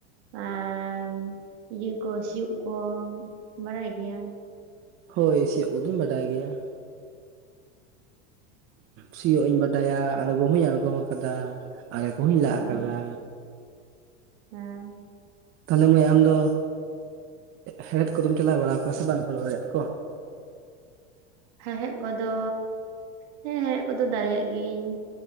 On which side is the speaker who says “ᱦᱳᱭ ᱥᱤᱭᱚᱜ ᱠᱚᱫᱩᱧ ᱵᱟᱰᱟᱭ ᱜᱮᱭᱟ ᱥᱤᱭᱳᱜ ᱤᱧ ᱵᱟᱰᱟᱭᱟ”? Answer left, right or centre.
Right